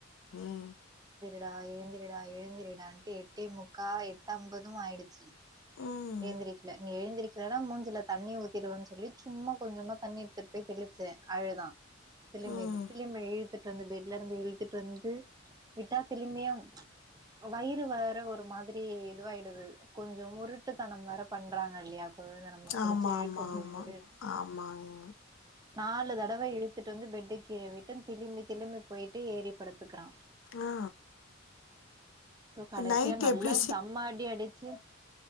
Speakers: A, on the left (about 70°); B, on the right (about 20°).
A: ம்
B: டா எழுந்திருடா எழுந்திரடான்ட்டு எட்டே முக்கா எட்டு ஐம்பதும் ஆயிடுச்சு
A: ம்
B: எழுந்திரக்கல நீ எழுந்திருக்கலனா மூஞ்சில தண்ணி ஊத்திடுவேன்னு சொல்லி சும்மா கொஞ்சமா தண்ணி எடுத்துட்டு போய் தெளிச்ச அழுதா திளிம்பி
A: ம்
B: இது திளிம்பி எழுதுட்டு பெட்ல இருந்து இழுத்துட்டு வந்து விட்டா திளிமியும் வயிறு வற ஒரு மாரி இதுவாயிடுது கொஞ்சம் உருட்டு ட்டு தனம் வர பண்றாங்க இல்லையா குழந்தை நம்ம புடிச்சு
A: ஆமா
B: இழுக்கும்போது
A: ஆமா ஆமா ஆமாங்க
B: நாலு தடவை இழுத்துட்டு வந்து பெட்டு கீழே விட்டு திரும்பி திரும்பி போயிட்டு ஏறிப்படுத்துக்கிறான்
A: ஆ
B: அப்புறம் கடைசியா
A: நைட்
B: நல்லா
A: எப்டி
B: செம்மயடிஅடிச்சு